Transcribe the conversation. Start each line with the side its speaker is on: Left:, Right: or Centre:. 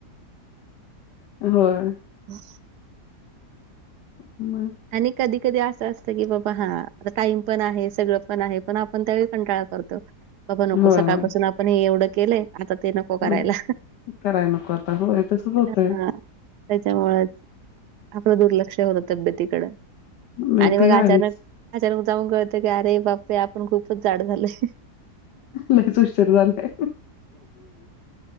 Left: होय.
Right: हम्
Left: मग,
Right: आणि कधी कधी असं असतं की बाबा हा टाइम पण आहे सगळं पण आहे पण आप पण त्यावेळी कंटाळा करतो, बाबा नको
Left: होय
Right: सकाळपासून
Left: होय
Right: आपण हे एवढं केलंय आता ते न नको करायला
Left: हं. कराय नको आता होय तसच होतय
Right: ह त्याच्यामुळच, आपलं दुर्लक्ष होत तब्यतीकड
Left: नाही
Right: आणि मग
Left: ते आहेच
Right: अचानक अचानक जाऊन कळतं की अरे बाप रे आपण खूपच जाड झालोय.
Left: लयच उशर झालाय.